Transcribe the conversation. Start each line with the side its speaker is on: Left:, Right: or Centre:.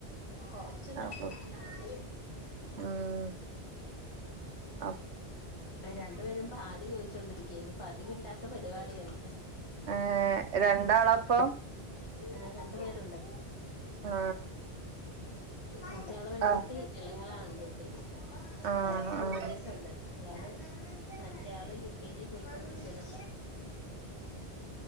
Left: കൊറച്ച് നടക്കാനെ
Right: അപ്പൊ
Left: ഉള്ളു
Right: ഉം ആ
Left: രണ്ട് പേരും പാല് ചോ ച്ചോണ്ടിരിക്കയാ ഇന്ന് പതിവില്ലാത്ത പരിപാടിയാണ്.
Right: ഏ രണ്ടാളാ അപ്പം
Left: ആഹ് രണ്ട് പേരുണ്ട്
Right: ആ
Left: മൂത്തയാള് പെൺകുട്ടി
Right: ആ
Left: ഇളയാള് ആൺകുട്ടി
Right: ആ ആ
Left: അയാൾക്ക് മൂന്ന്
Right: ആ
Left: വയസ്സുണ്ട് അയാള് മറ്റേ ആള് യു കെ ജിയിൽ പോയിക്കൊണ്ടിരിന്ന്